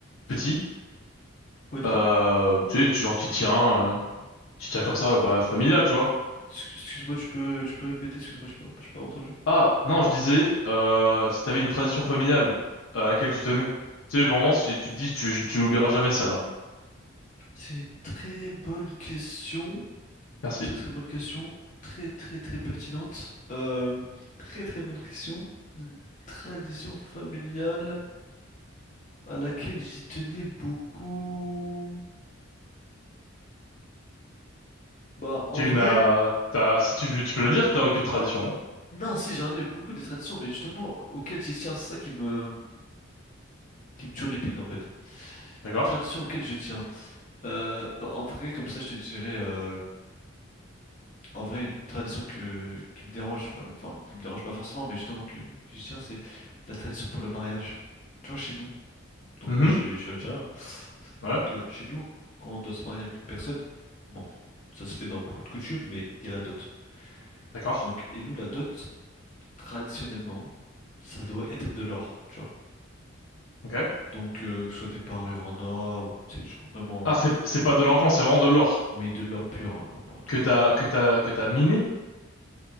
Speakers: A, on the left (about 85°); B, on the left (about 40°).
A: petit.
B: Ouais, dis-moi.
A: Euh, tu sais, tu genre, tu tiens, euh, tu tiens comme ça, euh, bah, familial, tu vois.
B: Ex- Excuse-moi, tu peux, tu peux répéter, excuse-moi, je n'ai pas j'ai pas entendu.
A: Ah, non, je disais, euh, si t'avais une tradition familiale à laquelle tu tenais. Tu sais, vraiment, si tu te dis, tu, tu oublieras jamais celle-là.
B: C'est une très bonne question,
A: Merci.
B: très très bonne question, très très très pertinente, euh, très très bonne question. Une tradition familiale à laquelle j'y tenais beaucoup. Bah, en
A: Tu
B: vrai,
A: n'as, t'as, si tu, tu peux me dire que t'as aucune tradition. hein.
B: non, si, j'en ai beaucoup des traditions, mais justement, auxquelles j'y tiens, c'est ça qui me, qui me turlupine en fait.
A: D'accord?
B: Une tradition auxquelles je tiens. Euh, bah, en vrai, comme ça, je te dirais. euh, En vrai, une tradition que, qui me dérange, enfin, enfin, qui me dérange pas forcément, mais justement que, que je tiens, c'est la tradition pour le mariage. Tu vois, chez nous, donc
A: Mhm.
B: moi je suis, je suis algérien, hein.
A: Ouais.
B: donc euh, chez nous, quand on doit se marier avec une personne, bon, ça se fait dans beaucoup de coutumes, mais il y a la dot.
A: D'accord.
B: Donc, et nous, la dot, traditionnellement, ça doit être de l'or, tu vois.
A: Ok.
B: Donc, euh, que ce soit des parures en or, ou, tu sais, genre vraiment,
A: Ah, c'est,
B: euh,
A: c'est pas de l'argent, c'est vraiment de l'or
B: oui, de l'or pur, hein, vraiment, de
A: que
B: l'or,
A: t'as,
B: de l'or.
A: que t'as, que t'as miné?